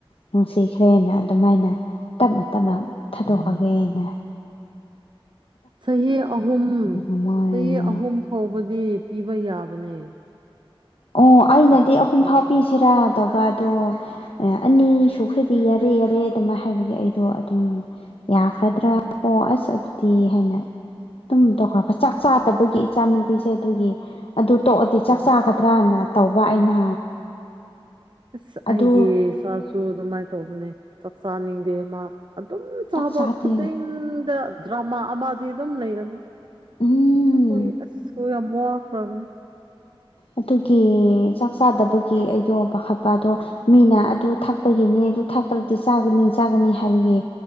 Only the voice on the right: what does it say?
ꯎꯝ ꯆꯍꯤ ꯑꯍꯨꯝ
ꯆꯍꯤ ꯑꯍꯨꯝ ꯐꯥꯎꯕꯗꯤ ꯄꯤꯕ ꯌꯥꯕꯅꯦ
ꯀꯔꯤꯁꯨ
ꯄ꯭ꯔꯣꯕ꯭ꯂꯦꯝ
ꯑꯣ
ꯑꯁ
ꯑꯩꯒꯤ ꯏꯆꯥꯁꯨ ꯑꯗꯨꯃꯥꯏꯅ ꯇꯧꯕꯅꯦ ꯆꯥꯛ ꯆꯥꯅꯤꯡꯗꯦ ꯃꯥ ꯑꯗꯨꯝ ꯆꯥꯕ
ꯈꯨꯗꯤꯡꯗ ꯗ꯭ꯔꯃꯥ ꯑꯃꯗꯤ ꯑꯗꯨꯝ ꯂꯩꯔꯅꯤ
ꯑ ꯑꯁꯣꯏ ꯌꯥꯝꯃꯣ ꯋꯥꯈꯔꯅꯦ